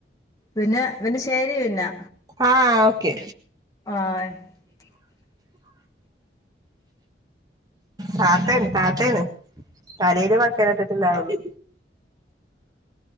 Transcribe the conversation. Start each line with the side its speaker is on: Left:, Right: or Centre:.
Left: പിന്നെ പിന്നെ ശരി പിന്നെ
Right: ആഹ ഓക്കെ
Left: ആഹ് <unintelligible>
Right: താത്തേണ് താത്തേണ് തലയില് മക്കന ഇട്ടിട്ടില്ല ഉള്ളു
Left: <unintelligible>